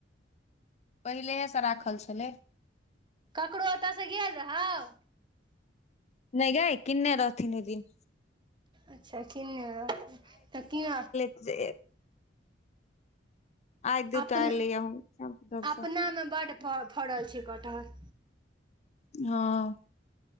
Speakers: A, on the left (about 40°); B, on the right (about 25°).
A: पहिलेहेसँ राखल छलै
B: ककरो ओतऽसँ गेल रहउ
A: नहि गाइ किने रहथिन ओय दिन
B: अच्छा किने रहथिन तऽ कि
A: जे आइ दूटा
B: अपना
A: एलैए हुनकासँ
B: अपना में बड फऽ फड़ल छै कटहर
A: हँ